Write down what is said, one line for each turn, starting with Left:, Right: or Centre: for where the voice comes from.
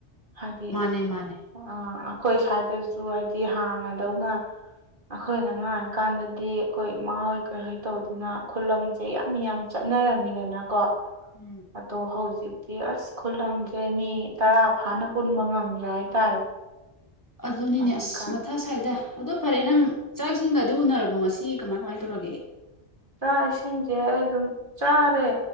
Right: ꯍꯥꯏꯗꯤ
Left: ꯃꯥꯅꯦ ꯃꯥꯅꯦ
Right: ꯑ ꯑꯩꯈꯣꯏ ꯁ꯭ꯋꯥꯏꯗꯁꯨ ꯍꯥꯏꯗꯤ ꯍꯥꯟꯅꯗꯧꯅ ꯑꯩꯈꯣꯏꯅ ꯑꯉꯥꯡ ꯑꯣꯏꯔꯤꯀꯥꯟꯗꯗꯤ ꯑꯩꯈꯣꯏ ꯏꯃꯥ ꯍꯣꯏ ꯀꯩꯍꯣꯏ ꯇꯧꯗꯅ ꯈꯨꯂꯪꯁꯦ ꯌꯥꯝ ꯌꯥꯝ ꯆꯠꯅꯔꯝꯃꯤꯗꯅꯀꯣ
Left: ꯎꯝ
Right: ꯑꯗꯣ ꯍꯧꯖꯤꯛꯇꯤ ꯑꯁ ꯈꯨꯂꯪꯁꯦ ꯃꯤ ꯇꯔꯥ ꯐꯥꯅ ꯄꯨꯟꯕ ꯉꯝꯗ꯭ꯔꯦ ꯍꯥꯏꯇꯥꯔꯦ
Left: ꯑꯗꯨꯅꯤꯅꯦ
Right: ꯍꯧꯖꯤꯛꯀꯥꯟ
Left: ꯑꯁ ꯃꯊꯥ ꯁꯥꯏꯗ ꯑꯗꯣ ꯐꯔꯦ ꯅꯪ ꯆꯥꯛꯁꯤꯡꯒꯗꯤ ꯎꯅꯔꯕꯣ ꯉꯁꯤ ꯀꯃꯥꯏ ꯀꯃꯥꯏ ꯇꯧꯔꯒꯦ
Right: ꯆꯥꯛ ꯏꯁꯤꯡꯁꯦ ꯑꯩ ꯑꯗꯨꯝ ꯆꯥꯔꯦ